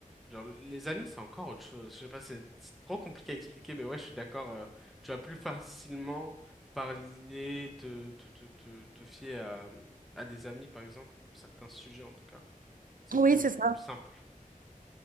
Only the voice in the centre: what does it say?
genre les amis, c'est encore autre chose. Je sais pas, c'est c'est trop compliqué à expliquer, mais ouais, je suis d'accord. euh, tu vas plus facilement parler, te te te te, te fier à à des amis par exemple pour certains sujets en tout cas, c'est
plus
simple.